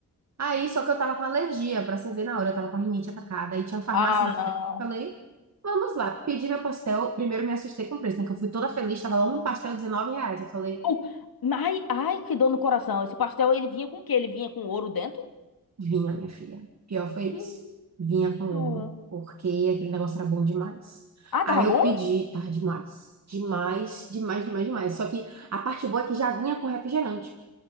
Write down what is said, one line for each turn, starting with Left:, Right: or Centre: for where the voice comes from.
Right: Aí, só que eu tava com alergia, pra você ver na hora, eu tava com a rinite atacada, aí tinha uma farmácia
Left: Ah,
Right: na frente,
Left: não.
Right: Eu falei, vamos lá, pedi meu pastel, primeiro me assustei com o preço, né, que eu fui toda feliz, tava lá um pastel 19 reais, eu falei,
Left: Oh, ai, ai, que dor no coração. Esse pastel, ele vinha com o quê? Ele vinha com ouro dentro?
Right: vinha, minha filha, pior foi
Left: Que
Right: isso, vinha com ouro,
Left: isso?
Right: porque aquele negócio era bom demais.
Left: Ah,
Right: Aí
Left: tava
Right: eu
Left: bom?
Right: pedi, tava demais, demais, demais, demais, demais, só que a parte boa é que já vinha com refrigerante.